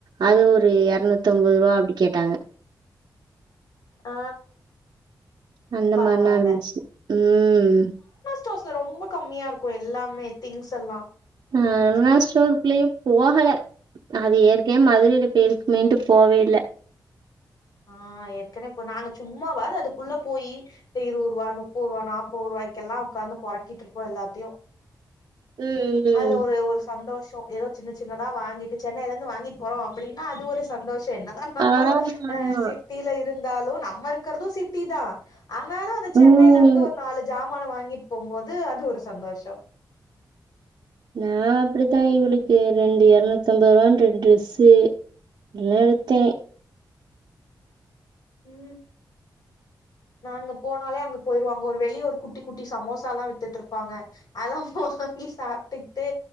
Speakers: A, on the right; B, on the left.
A: அது ஒரு இரநூத்தம்பது ரூவா அப்டி கேட்டாங்க
B: ஆ
A: அந்த
B: பரவால்ல
A: மார்னா இருந்துச்சு ம்
B: தாஸ்ல ரொம்ப கம்மியா இருக்கு எல்லாமே திங்ஸ் எல்லா
A: அ அருணா ஸ்டோருக்குள்ளே போகல அது ஏற்கனயே மதுரைல போய் இருக்கமேன்ட்டு போவே இல்ல
B: ஆ ஏற்கனவே போ நாங்க சும்மாவாது அதுக்குள்ள போயி இருவருவா முப்போருவா நாப்பது ரூவாய்க்கெல்லா உக்காந்து பொறக்கிட்டு இருப்போ எல்லாத்தையு
A: ம் ம்.
B: அதுல ஒரு ஒரு சந்தோஷோ எதோ சின்ன சின்னதா வாங்கிட்டு சென்னையில வாங்கிட்டு போறோ அப்டின்னா அது ஒரு சந்தோஷ என்னதா நம்மளு
A: ஆமாமா.
B: சிட்டியில இருந்தாலு நம்ம இருக்கிறது சிட்டி தா ஆனாலு அந்த சென்னையில
A: ம்.
B: இருந்து ஒரு நாலு ஜாமான வாங்கிட்டு போம்போது அது ஒரு சந்தோஷ
A: நா அப்டித்தா இவளுக்கு ரெண்டு இரநூத்தம்பது ருவான் ரெண்டு ட்ரெஸ்ஸு ன்னு எடுத்தே
B: ம் நாங்க போனாலே அங்க போயிருவோ அங்க ஒரு வெளிய ஒரு குட்டி குட்டி சமோசா எல்லா வித்துட்டு இருப்பாங்க அதல்லா வாங்கி சாப்ட்டுக்கிட்டு